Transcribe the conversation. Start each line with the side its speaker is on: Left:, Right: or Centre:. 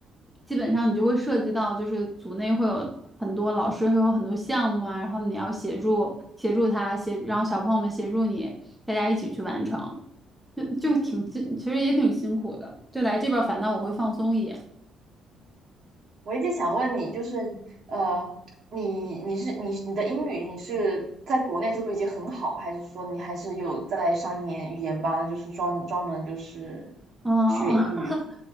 Centre: 基本上你就会涉及到，就是组内会有很多老师，会有很多项目啊，然后你要协助协助他协，然后小朋友们协助你，大家一起去完成。就挺辛，其实也挺辛苦的。就来这边，反倒我会放松一点。
Right: 我一直想问你，就是呃，你你是你你的英语你是在国内就已经很好，还是说你还是有在上一年语言班，就是专专门就是
Centre: 哦，
Right: 学英语？
Centre: <laughs>